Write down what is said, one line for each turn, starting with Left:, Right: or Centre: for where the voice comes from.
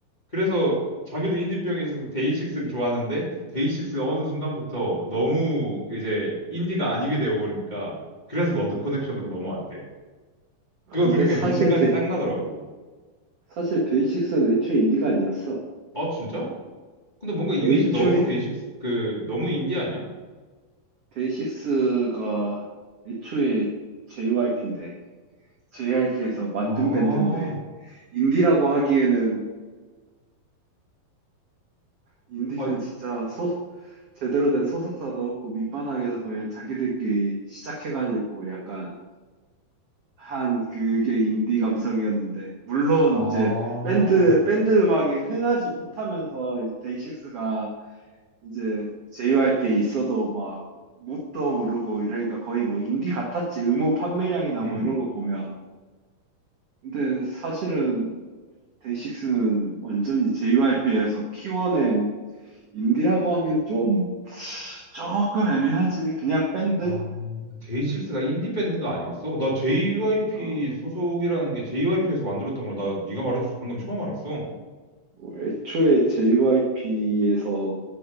Left: 그래서 자기도 인디병에 있어서 데이식스를 좋아하는데 데이식스가 어느 순간부터 너무 그 이제 인디가 아니게 되어버리니까 그래서 너드 커넥션으로 넘어왔대.
Right: 아,
Left: 그거
Right: 근데
Left: 들으니까
Right: 사실
Left: 네 생각이
Right: 데,
Left: 딱 나더라고.
Right: 사실 데이식스는 애초에 인디가 아니었어.
Left: 아 진짜? 근데 뭔가 이미지
Right: 애초에
Left: 너무 데이식스 그 너무 인디 아니야?
Right: 데이식스가 애초에 JYP인데 JYP에서 만든
Left: 아,
Right: 밴드인데 인디라고 하기에는 인디는
Left: 아,
Right: 진짜 소 제대로 된 소속사도 없고 밑바닥에서 그냥 자기들끼리 시작해가지고 약간 한 그게 인디 감성이었는데 물론
Left: 아, 어,
Right: 이제 밴드 밴드 음악이 흥하지 못하면서 데이식스가 이제 JYP에 있어도 막 못도 모르고 이러니까 거의 뭐 인디 같았지 음원 판매량이나
Left: 음.
Right: 뭐 이런 거 보면 근데 사실은 데이식스는 완전히 JYP에서 키워낸 인디라고 하기엔 좀 조금 애매하지 그냥 밴드
Left: 아, 데이식스가 인디 밴드가
Right: 어,
Left: 아니었어? 나 JYP
Right: 어.
Left: 소속이라는 게 JYP에서 만들었던 걸 나 네가 말해줘서 방금 처음 알았어.
Right: 뭐 애초에 JYP에서